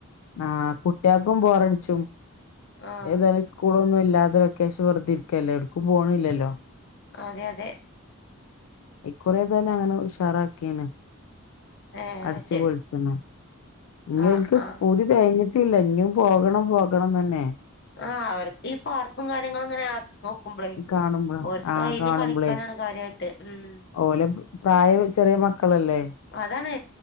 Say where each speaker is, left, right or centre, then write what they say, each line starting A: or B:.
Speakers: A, on the left; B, on the left.
A: ആ കുട്ടികൾക്കും ബോറടിച്ചു
B: ആഹ്
A: ഏതാലും സ്കൂളുകൾ ഒന്നും ഇല്ലാതെ ഈ വെക്കേഷൻ വെറുതെ ഇരിക്കുകയല്ലേ എല്ലാവർക്കും ഫോൺ ഇല്ലല്ലോ
B: അതെ അതെ
A: ഈ കുറെ തന്നെ അങ്ങനെ ഉഷാറാക്ക കമെ <unintelligible>
B: ഏഹ്
A: അടിച്ചുപൊളിച്ചെന്ന്
B: ശരി
A: ഇനി
B: ആഹ്
A: അവർക്ക്
B: ആഹ്
A: പൂതി കഴിഞ്ഞിട്ട് ഇല്ല ഇനി പോകണം പോകണം തന്നെ
B: ആ അവർക്ക് ഈ പാർക്കും കാര്യങ്ങളും ഇങ്ങനെ നോക്കുമ്പളേ
A: കാണുമ്പ
B: ഓർക്ക്
A: ആ
B: അയില്
A: ആകാണുമ്പളെ
B: കളിക്കാനാണ് കാര്യായിട്ട് ഉം
A: ഓല് പ്ര ചെറിയ മക്കൾ അല്ലേ
B: അതാണ്